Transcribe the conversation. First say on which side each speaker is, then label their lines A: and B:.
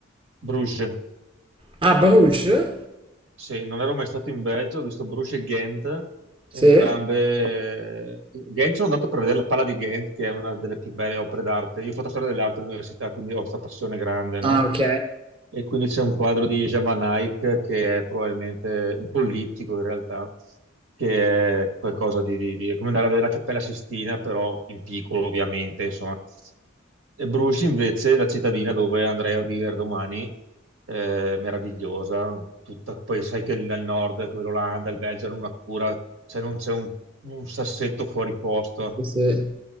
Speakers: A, on the right (about 75°); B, on the right (about 25°).
A: Bruges.
B: Ah, Bruges?
A: Sì, non ero mai stato in Belgio, ho visto Bruges e Ghent,
B: Sì.
A: entrambe. Ghent sono andato per vedere la Pala di Ghent, che è una delle più belle opere d'arte. Io ho fatto storia delle altre università, quindi ho questa passione grande, no?
B: Ah, ok.
A: E quindi c'è un quadro di Jean Van Eyck, che è probabilmente un politico in realtà, che è qualcosa di, di- di- è come andare a vedere la Cappella Sistina, però in piccolo, ovviamente, insomma. E Bruges invece è la cittadina dove andrei a vivere domani, eh, meravigliosa, tutta, poi sai che il- al nord, che l'Olanda, il Belgio hanno una cura, cioè non c'è un, un sassetto fuori posto.
B: Sì, sì.